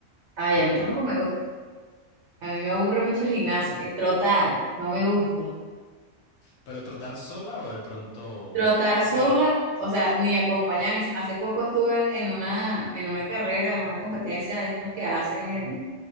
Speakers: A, on the right; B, on the left.
A: Ay,
B: no
A: a
B: aguanta.
A: mí tampoco me gusta. A mí me aburre mucho el gimnasio. Y trotar, no me gusta.
B: ¿Pero trotar sola o de pronto?
A: Trotar
B: Porque,
A: sola, o sea, ni acompañar. Ni... Hace poco estuve en una, en una carrera, en una competencia de estas que hacen